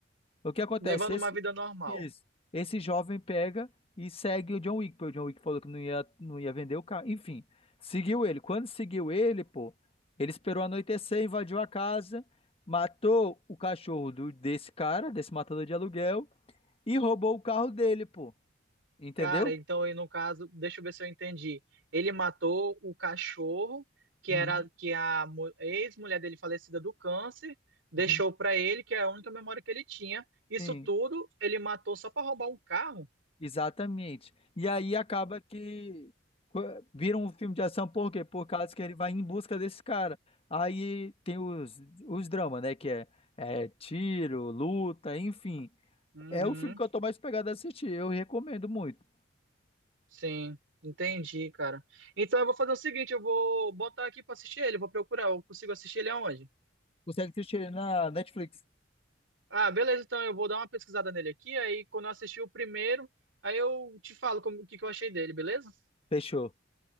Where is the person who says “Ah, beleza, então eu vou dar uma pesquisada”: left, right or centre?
Right